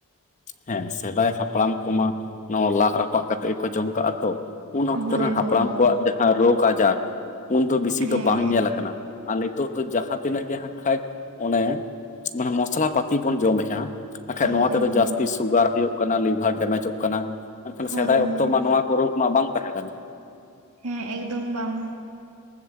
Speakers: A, on the left; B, on the right.
A: ᱦᱮ ᱥᱮᱫᱟᱭ ᱦᱟᱯᱲᱟᱢ ᱠᱚᱢᱟ ᱱᱚᱣᱟ ᱞᱟᱫ ᱨᱟᱯᱟᱜ ᱠᱟᱛᱮᱜ ᱜᱮᱠᱚ ᱡᱚᱢ ᱠᱟᱜᱼᱟ ᱛᱚ ᱩᱱ ᱚᱠᱛᱚ
B: ᱦᱳᱭ
A: ᱨᱮᱱ ᱦᱟᱯᱲᱟᱢ
B: ᱦᱳᱭ ᱦᱳᱭ
A: ᱠᱚᱣᱟᱜ ᱡᱟᱦᱟ ᱨᱳᱜᱽ ᱟᱡᱟᱨ ᱩᱱᱫᱚ ᱵᱮᱥᱤ
B: ᱦᱮᱸ
A: ᱫᱚ
B: ᱦᱮᱸ
A: ᱵᱟᱝ ᱧᱮᱞ ᱠᱟᱱᱟ ᱟᱨ ᱱᱤᱛᱚᱜ ᱫᱚ ᱡᱟᱦᱟ ᱛᱤᱱᱟᱹᱜ ᱜᱮ ᱦᱟᱸᱜ ᱠᱷᱟᱭ ᱚᱱᱮ ᱢᱟᱱᱮ ᱢᱚᱥᱞᱟ ᱯᱟᱛᱤ ᱵᱚᱱ ᱡᱚᱢᱮᱜ-ᱟ ᱟᱠᱷᱟᱡ ᱱᱚᱣᱟ
B: ᱦᱳᱭ
A: ᱛᱮᱫᱚ
B: ᱦᱳᱭ
A: ᱡᱟᱹᱥᱛᱤ ᱥᱩᱜᱟᱨ ᱦᱳᱭᱳᱜ ᱠᱟᱱᱟ ᱞᱤᱵᱷᱟᱨ ᱰᱮᱢᱮᱡᱚᱜ ᱠᱟᱱᱟ ᱢᱮᱱᱠᱷᱟᱱ
B: ᱦᱳᱭ
A: ᱥᱮᱫᱟᱭ ᱚᱠᱛᱚ
B: ᱦᱳᱭ
A: ᱢᱟ ᱱᱚᱣᱟ ᱠᱚ ᱨᱳᱜ ᱢᱟ ᱵᱟᱝ ᱛᱟᱦᱮ ᱞᱮᱱᱟ
B: ᱦᱮ ᱮᱠᱫᱚᱢ ᱵᱟᱝ